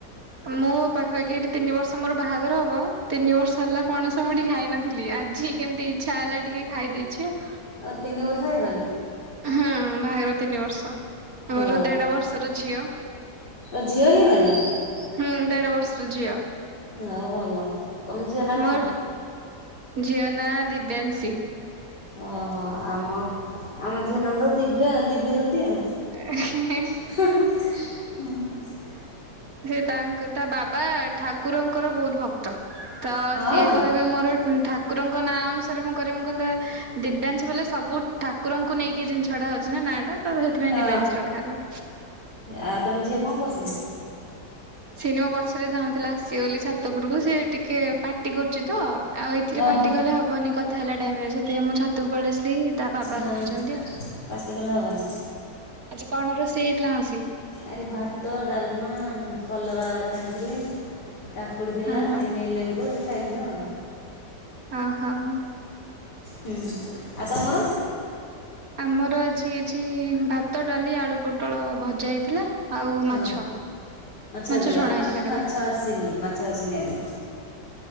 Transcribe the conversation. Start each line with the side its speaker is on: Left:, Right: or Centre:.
Right: ମୁଁ ପାଖାପାଖି ଏଠି ତିନି ବର୍ଷ ମୋର ବାହାଘର ହବ। ତିନି ବର୍ଷ ହେଲା ପଣସ ମୁଁ ଏଠି ଖାଇନଥିଲି ଆଜି କେମିତି ଇଚ୍ଛା ହେଲା ଟିକେ ଖାଇଦେଇଛି ଆଉ।
Left: ତିନି ବର୍ଷ ହେଇଗଲାଣି।
Right: ହୁଁ ବାହାଘର ତିନି ବର୍ଷ। ମୋର
Left: ହଁ
Right: ଦେଢ ବର୍ଷର ଝିଅ।
Left: ଆ ଝିଅ ହେଇଗଲାଣି।
Right: ହୁଁ ଦେଢ ବର୍ଷର ଝିଅ।
Left: ହଉ ଭଲ। ତମ ଝିଅ ନା କଣ?
Right: ମୋ ଝିଅ ନା ଦିବ୍ୟାଂଶୀ।
Left: ଓହୋ ଆମ ଆମ ଝିଅ ନା ତ ଦିବ୍ୟ ଆ ଦିବ୍ୟଯ୍ୟୋତି ଆଉ।
Right: ହେଁ ହେଁ।
Left: ହୁଁ।
Right: ସେ ତାଙ୍କ ତା ବାବା ଠା ଠାକୁରଙ୍କର ବହୁତ ଭକ୍ତ ତ
Left: ହଁ
Right: ସିଏ କହିବେ ମୋର ଠାକୁରଙ୍କ ନାଁ ଅନୁସାରେ ମୁଁ କ ମୁ କହିଲ ଦିବ୍ୟାଂଞ୍ଚ ବଲେ ସବୁ ଠାକୁରଙ୍କୁ ନେଇକି ଜିନିଷ ଛଡା ହଉଛି ନାଁ ଟା ତ ସେଇଥିପାଇଁ
Left: ହଁ
Right: ଦିବ୍ୟଂଶି ରଖା ହେଲା।
Left: ଆଉ ତମ ଝିଅ କଣ କରୁଛନ୍ତୀ?
Right: ସିନେମା ପଛରେ ଯାଉଁଥିଲା ଆସିବେ ବୋଲି ଛାତପୁରକୁ ସେ ଟିକେ ପାର୍ଟି କରୁଛି ତ ଆଉ ଏଥିରେ
Left: ଓହୋ
Right: ପାଟି କଲେ ହବନି କଥା ହେଲା ଟାଇମରେ ସେଥିପାଇ ମୁଁ ଛାତୁକୁ ପଳେଇ ଆସିଲି। ତା ବାବା
Left: ନା
Right: ରଖିଛନ୍ତି ଆଉ।
Left: ପାଟିକଲେ ହବନି।
Right: ଆଜି କଣ ରୋଷେଇ ହେଇଥିଲା ମାଉସୀ?
Left: ଆଜି ଭାତ ଡାଲମା କଲରା ଚାନିଥିଲି। କାକୁଡ଼ି ଥିଲା
Right: ହଁ ହଁ
Left: ଏନ ଲେମ୍ବୁ ଏମତି ଖାଇଦେଲୁ ଆଉ।
Right: ଓହୋ।
Left: ହୁଁ ଆଉ ତମର।
Right: ଆମର ଆଜି ହେଇଛି ଭାତ ଡାଲି ଆଳୁ ପୋଟଳ ଭଜା ହେଇଥିଲା। ଆଉ
Left: ହଁ
Right: ମାଛ
Left: ହେଇଥିଲା
Right: ମାଛ ଛଣା
Left: ଆମର
Right: ହେଇଥିଲା
Left: ଆଜି
Right: କାଲି।
Left: ମାଛ ଆସିନି ମାଛ ଆସିନି ଆଜି।